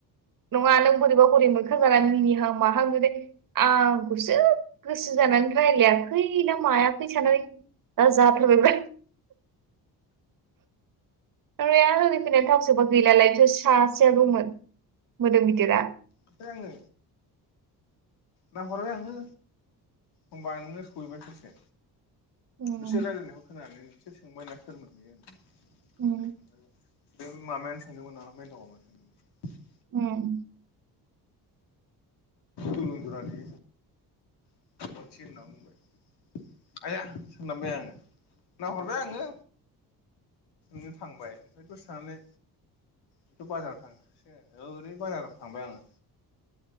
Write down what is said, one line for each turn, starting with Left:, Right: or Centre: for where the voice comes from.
Right: नङा नों बोरैबा बोरै मोखां जानानै मिनिहां माहांदे आंखौसो गोसो जानानै रायज्लायाखै ना मायाखै साननानै दा जाथारबायबा ओरै आं ओरै फैनाय थाव सोबोबा
Left: आङो
Right: गैलालायथो सासेआ दंमोन मोदोम गिदिरा
Left: ओमफ्राय आङो नाहरबाय आंनो होनबा नोङो सहैबाय ससो
Right: उम
Left: बिसोर रायजलायनायखौ खोनानानै बिसोर सोंबायना सोरमोन बियो होननानै
Right: उम
Left: बे मामायानो सानदोंमोन नामा माइनावा मा सोंदोंमोन?
Right: ओम
Left: दलं गुरानि <unintelligible> आइया सोंमनांबाय आङो नाहरबाय आङो नों थांबाय ओमफ्राय दसे थानानै बेथ' बाजाराव थांखासै ओरै बाजाराव थांबाय आङो